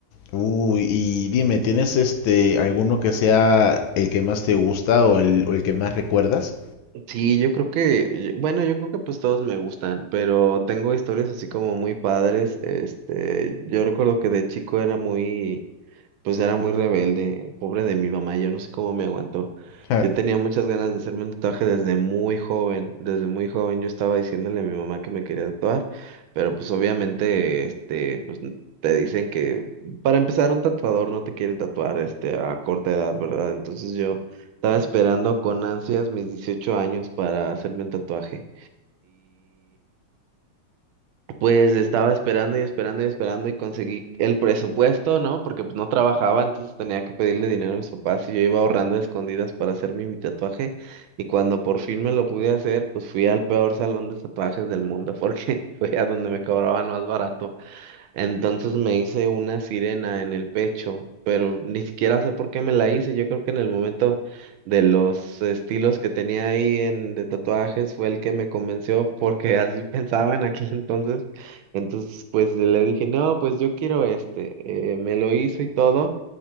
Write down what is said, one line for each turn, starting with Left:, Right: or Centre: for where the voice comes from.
Left: Uy, y dime, ¿tienes este alguno que sea el que más te gusta o el, o el que más recuerdas?
Right: Sí, yo creo que, bueno, yo creo que pues todos me gustan, pero tengo historias así como muy padres. Este, yo recuerdo que de chico era muy pues era muy rebelde, pobre de mi mamá, yo no sé cómo me aguantó.
Left: Ja,
Right: Yo tenía muchas ganas de hacerme un tatuaje desde muy joven, desde muy joven yo estaba diciéndole a mi mamá que me quería tatuar, pero pues obviamente, este, pues n- te dicen que para empezar un tatuador no te quiere tatuar, este, a corta edad, ¿verdad? Entonces yo estaba esperando con ansias mis 18 años para hacerme un tatuaje. Pues estaba esperando y esperando y esperando y conseguí el presupuesto, ¿no? Porque pues no trabajaba, entonces tenía que pedirle dinero a mis papás y yo iba ahorrando a escondidas para hacerme mi tatuaje. Y cuando por fin me lo pude hacer, pues fui al peor salón de tatuajes del mundo porque <laughs> fue a donde me cobraban más barato. Entonces me hice una sirena en el pecho, pero ni siquiera sé por qué me la hice. Yo creo que en el momento de los estilos que tenía ahí en, de tatuajes fue el que me convenció porque <laughs> así pensaba en aquel entonces. Entonces pues le dije, no, pues yo quiero este. Eh, me lo hizo y todo.